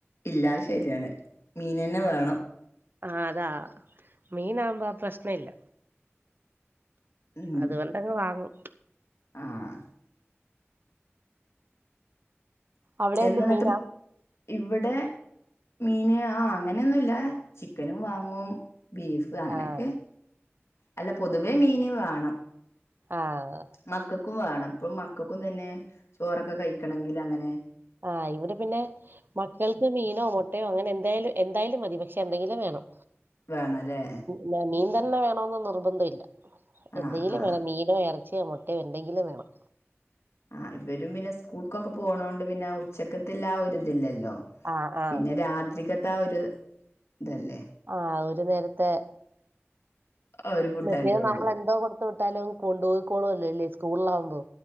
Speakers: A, on the left (about 70°); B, on the right (about 50°).
A: ഇല്ല അത്ശരിയാണ് മീനന്നെ വേണം
B: ആഹ് അതാ മീനവുമ്പോ ആ പ്രശ്നം ഇല്ല
A: ഉം
B: അത് കൊണ്ടങ്ങ് വാങ്ങും
A: ആഹ്
B: അവിടെ
A: എന്നെന്നിട്ടും
B: എന്ത് മീനാ
A: ഇവിടെ മീന് ആഹ് അങ്ങനൊന്നുല്ല ചിക്കനും വാങ്ങും ബീഫ് പ്പ് അങ്ങനോക്കെ
B: ആഹ്
A: അല്ല പൊതുവേ മീന് വേണം
B: ആഹ്
A: മക്കക്കും വേണം ഇപ്പഴും മക്കക്കും തന്നെ ചോറൊക്കെ കഴിക്കണെങ്കില് അങ്ങനെ
B: ആഹ് ഇവടെ പിന്നെ മക്കൾക്ക് മീനോ മുട്ടയോ അങ്ങനെ എന്തായാലും എന്തായാലും മതി പക്ഷെ എന്തെങ്കിലും വേണം
A: വേണല്ലേ
B: ന്താ മീൻ തന്നെ വേണോന്ന് നിർബന്ധവില്ല
A: ആ
B: എന്തെങ്കിലും
A: ആ
B: വേണം മീൻ നോ ഇറച്ച്യോ മുട്ട്യോ എന്തെങ്കിലും വേണം
A: ആഹ് ഇവരും പിന്നെ സ്കൂൾക്കൊക്കെ പോണോണ്ട് പിന്നെ ഉച്ചക്കത്തില്ല ആ ഒരിതില്ലല്ലോ
B: ആഹ് ആഹ്
A: പിന്നെ രാത്രിക്കത്തെ ആ ഒരുതല്ലേ
B: ആഹ് ഒരു നേരത്തെ
A: ആ ഒരു ഫുഡല്ലേ
B: മറ്റേത്
A: ഉള്ളൂ
B: നമ്മള് എന്തോ കൊടു തൊട്ടാലങ്ങ് കൊണ്ടോയ് കോളുളല്ലേ സ്കൂളിലാവുമ്പോ